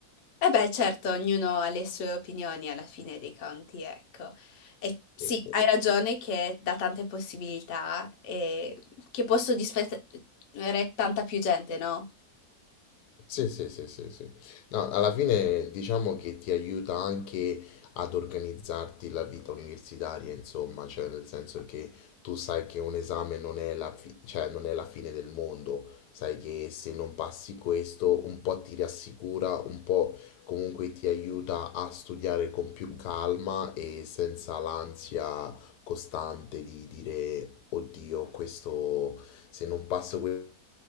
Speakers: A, on the left (about 60°); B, on the left (about 85°).
A: E beh, certo, ognuno ha le sue opinioni alla fine dei conti, ecco. E
B: <laughs>
A: sì,
B: E-
A: hai ragione che dà tante possibilità e che può soddisfare tanta più gente, no?
B: Sì, sì, sì, sì, sì. No, alla fine diciamo che ti aiuta anche ad organizzarti la vita universitaria, insomma, cioè nel senso che tu sai che un esame non è la, fi- cioè, non è la fine del mondo, sai che se non passi questo un po' ti rassicura, un po' comunque ti aiuta a studiare con più calma e senza l'ansia costante di dire, oddio, questo se non passo questo